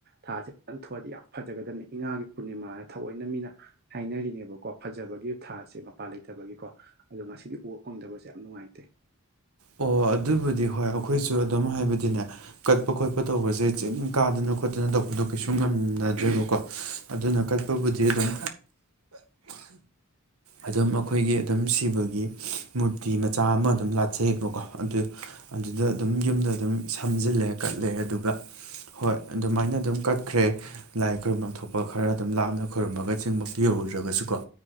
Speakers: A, on the right (about 45°); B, on the right (about 75°).
A: ꯊꯥꯖꯦ ꯐꯖꯅ ꯊꯣꯛꯑꯗꯤ ꯌꯥꯝ ꯐꯖꯒꯗꯝꯕꯅꯤ ꯏꯉꯥꯒꯤ ꯄꯨꯔꯅꯤꯃꯥ ꯍꯥꯏꯅ ꯊꯧꯑꯣꯏꯅ ꯃꯤꯅ ꯍꯥꯏꯅꯔꯤꯅꯦꯕꯀꯣ ꯐꯖꯕꯒꯤ ꯊꯥꯁꯦ ꯃꯄꯥꯟ ꯂꯩꯇꯕꯒꯤꯀꯣ ꯑꯗꯣ ꯉꯁꯤꯗꯤ ꯎꯕ ꯐꯪꯗꯕꯁꯦ ꯌꯥꯝ ꯅꯨꯡꯉꯥꯏꯇꯦ
B: ꯑꯣ ꯑꯗꯨꯕꯨꯗꯤ ꯍꯣꯏ ꯑꯩꯈꯣꯏꯁꯨ ꯑꯗꯨꯝ ꯍꯥꯏꯕꯗꯤꯅꯦ ꯀꯠꯄ ꯈꯣꯠꯄ ꯇꯧꯕꯁꯦ ꯆꯤꯡ ꯀꯥꯗꯅ ꯈꯣꯠꯇꯅ ꯇꯧꯕꯗꯣ ꯀꯩꯁꯨ ꯉꯝꯅꯗ꯭ꯔꯦꯕꯀꯣ ꯑꯗꯨꯅ ꯀꯠꯄꯕꯨꯗꯤ ꯑꯗꯨꯝ ꯑꯗꯨꯝ ꯑꯩꯈꯣꯏꯒꯤ ꯑꯗꯨꯝ ꯁꯤꯕꯒꯤ ꯃꯨꯔꯇꯤ ꯃꯆꯥ ꯑꯃ ꯑꯗꯨꯝ ꯂꯥꯛ ꯆꯌꯦꯕꯀꯣ ꯑꯗꯨ ꯑꯗꯨꯗ ꯑꯗꯨꯝ ꯌꯨꯝꯗ ꯑꯗꯨꯝ ꯁꯝꯖꯤꯜꯂꯦ ꯀꯠꯂꯦ ꯑꯗꯨꯒ ꯍꯣꯏ ꯑꯗꯨꯃꯥꯏꯅ ꯑꯗꯨꯝ ꯀꯠꯈ꯭ꯔꯦ ꯂꯥꯏ ꯈꯨꯔꯨꯝꯕꯝ ꯊꯣꯛꯄ ꯈꯔ ꯑꯗꯨꯝ ꯂꯥꯞꯅ ꯈꯨꯔꯨꯝꯃꯒ ꯆꯤꯡꯕꯛꯇ ꯌꯧꯔꯨꯗ꯭ꯔꯒꯁꯨꯀꯣ